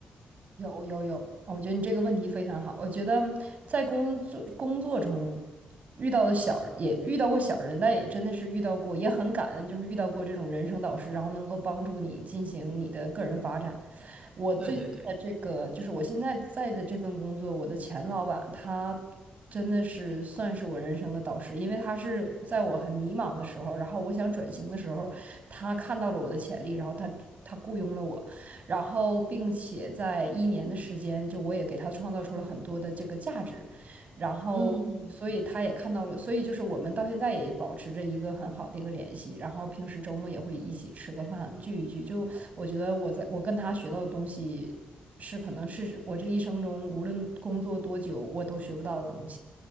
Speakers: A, on the right; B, on the right.
A: 有有有，我觉得你这个问题非常好。我觉得在工作工作中遇到的小也遇到过小人，但也真的是遇到过，也很感恩，就是遇到过这种人生导师，然后能够帮助你进行你的个人发展。我最近的这个，
B: 对对对，
A: 就是我现在在的这份工作，我的前老板他真的是算是我人生的导师，因为他是在我很迷茫的时候，然后我想转型的时候，他看到了我的潜力，然后他他雇佣了我。然后并且在一年的时间，就我也给他创造出了很多的这个价值，然后所以他也看到了，
B: 嗯，
A: 所以就是我们到现在也保持着一个很好的一个联系，然后平时周末也会一起吃个饭，聚一聚，就我觉得我在我跟他学到的东西是可能是我这一生中无论工作多久我都学不到的东西。